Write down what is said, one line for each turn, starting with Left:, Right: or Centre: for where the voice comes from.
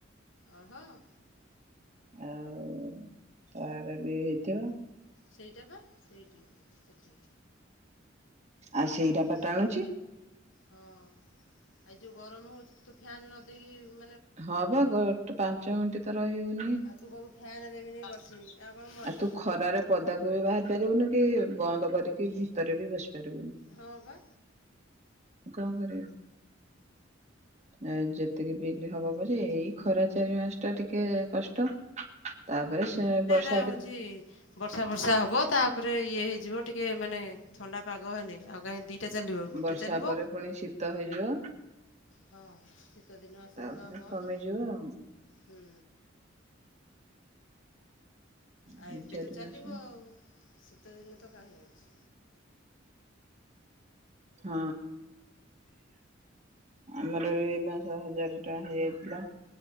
Left: ଅହଂ
Right: ଆଉ ତାର ବି ହେଇଥିବ।
Left: ସେଇଟା ବା ସେଇଠି ସେଠି
Right: ଆଉ ସେଇଟାପା
Left: କେଉଁଠି ହେବ
Right: ଟାଣୁଛି।
Left: ହଁ ଆଉ ଯେଉଁ ଗରମ ହେଉଛି ତୋ ଫ୍ୟାନ୍ ନ ଦେଇେଇକି
Right: ହଁପା ଗ ପାଞ୍ଚ ମିନିଟ ତ ରହି ହଉନି।
Left: ଆଉ ତୁ କବୁ ଫ୍ୟାନ୍ ଦେବିନି ବସିବି। କଣ ମରିବୁ
Right: ଆଉ ତୁ ଖରାରେ ପଦାକୁ ବି ବାହାରି ବ ପାରିବୁନି କି ବନ୍ଦ କରିକି ଭିତରେ ବି ବସି ପାରିବୁନି।
Left: ହଁ ବା।
Right: କଣ କରିବ ଆ ଯେତିକି ବିଲ ହବ ପଛେ ଏଇ ଖରା ଚାରି ମାସ ଟା ଟିକେ କଷ୍ଟ। ତାପରେ ସେ ବର୍ଷ
Left: ଟା ହଉଛି ବର୍ଷା ବର୍ଷା ହବ ତାପରେ ଇଏ ହେଇଯିବ ଟିକେ ମାନେ ଥଣ୍ଡା ପାଗ ହେନି ଆଉ କାଁ ଦିଟା ଚାଲିବ ଗୋଟେ
Right: ବର୍ଷା
Left: ଚାଲିବ
Right: ପରେ ପୁଣି ଶୀତ ହେଇଯିବ।
Left: ହଁ ଶୀତ ଦିନ ଆସିଲେ
Right: ତାପରେ
Left: ତ ଆଉ ବନ୍ଦ।
Right: କମିଯିବ ଆଉ
Left: ହୁଁ। ଆଉ
Right: ଦୁଇ
Left: ଏବେ
Right: ଚାରି
Left: ତ ଚାଲିବ
Right: ମାସ
Left: ଆଉ ଶୀତ ଦିନ ତ କାହିଁ ଅଛି।
Right: ହଁ। ଆମର ଏଇ ମାସ ହଜାର ଟଙ୍କା ହେଇଯାଇଥିଲା।